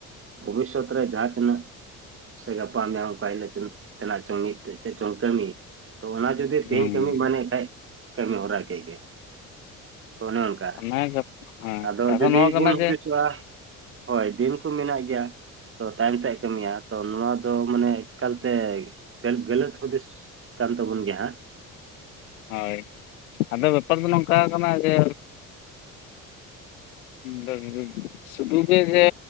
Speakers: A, on the right (about 30°); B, on the left (about 80°).
A: ᱵᱷᱚᱵᱤᱥᱚᱛ ᱨᱮ ᱡᱟᱦᱟᱸ ᱛᱤᱱᱟᱹᱜ ᱥᱮ ᱜᱟᱯᱟ ᱢᱮᱭᱟᱝ ᱚᱱᱠᱟ ᱦᱤᱞᱚᱜ ᱪᱚᱝ ᱛᱮᱱᱟᱜ ᱪᱚᱝ ᱢᱤᱫᱴᱮᱡ ᱪᱮᱫ ᱪᱚᱝ ᱠᱟᱹᱢᱤ᱾ ᱛᱚ ᱚᱱᱟ ᱡᱩᱫᱤ
B: ᱦᱮᱸ
A: ᱛᱮᱦᱤᱧ ᱠᱟᱹᱢᱤ ᱢᱟᱱᱮ ᱠᱷᱟᱡ ᱠᱟᱹᱢᱤ ᱦᱚᱨᱟ ᱠᱮᱜ ᱜᱮ᱾ ᱛᱚ ᱚᱱᱮ ᱚᱱᱠᱟ
B: ᱚᱱᱟ ᱦᱮᱸ
A: ᱟᱫᱚ
B: ᱠᱟᱛᱷᱟ
A: ᱡᱩᱫᱤ
B: ᱱᱚᱣᱟ ᱠᱟᱱᱟ
A: ᱵᱚᱱ ᱦᱩᱫᱤᱥᱚᱜ-ᱟ᱾
B: ᱡᱮ
A: ᱦᱳᱭ ᱫᱤᱱ ᱠᱚ ᱢᱮᱱᱟᱜ ᱜᱮᱭᱟ᱾ ᱛᱚ ᱛᱟᱭᱚᱢ ᱛᱮ ᱠᱟᱹᱢᱤᱭᱟ ᱛᱚ ᱱᱚᱣᱟ ᱫᱚ ᱢᱟᱱᱮ ᱮᱠᱟᱞᱛᱮᱭ ᱜᱟᱹᱞᱟᱹᱛ ᱦᱩᱫᱤᱥ ᱠᱟᱱ ᱛᱟᱵᱚᱱ ᱜᱮᱭᱟ ᱦᱟᱸᱜ
B: ᱦᱳᱭ ᱟᱫᱚ ᱵᱮᱯᱟᱨ ᱫᱚ ᱱᱚᱝᱠᱟ ᱠᱟᱱᱟ ᱡᱮ <unintelligible> ᱥᱩᱫᱩ ᱜᱮ ᱡᱮ